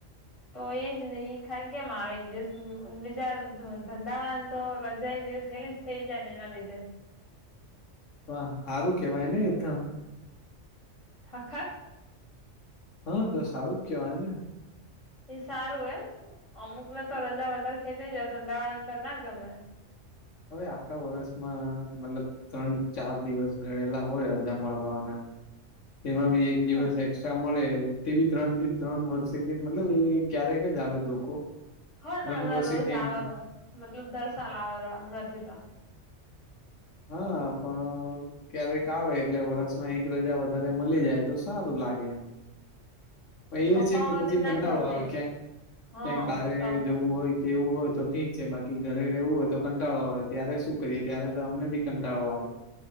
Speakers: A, on the left (about 25°); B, on the left (about 80°).
A: તો એજ નહી ખ કેમ આવે એક દિવસ બચાર ધંધાવાળાની તો રજા એક દિવસ હેલી. થઈ જાય ને એના લીધે.
B: વાહ! હારું કેવાય ને એતો.
A: હાખર.
B: હા તો સારું જ કેવાય ને.
A: એ સારું એમ અમુક ને તો રજા વધારે ખેચાય જાય ધંધાવાડા ને તો ના ગમે.
B: હવે આખા વર્ષમાં મતલબ ત્રણ ચાર દિવસ ગણેલા હોય રજા મળવાના. તેમાં બી એક દિવસ
A: હ
B: એકસ્ટ્રા મળે. તેવી ત્રણ ત્રણ વર્ષે કે મતલબ એ ક્યારેક જ આવે ધોકો.
A: હા
B: ત્રણ
A: ના હમણાં
B: વર્ષે
A: રોજ
B: કેમ
A: આવેરો મતલબ દર્શાલ આવેરો હમણાંથી તો.
B: હા પણ ક્યારેક આવે એટલે વરષમાં એક રજા વધારે મલી જાય તો સારું લાગે એમ.
A: પણ
B: એ
A: પપ્પાઓને
B: છે કે પછી કંટાળો
A: ના ગમે
B: આવે ક્યાંક
A: હા
B: ક્યાંક બારે
A: તો
B: જવું હોય કેવું હોય તો ઠીક છે બાકી ઘરે રહેવું હોય તો કંટાળો આવે ત્યારે શું કરીએ ત્યારે અમને બી કંટાળો આવે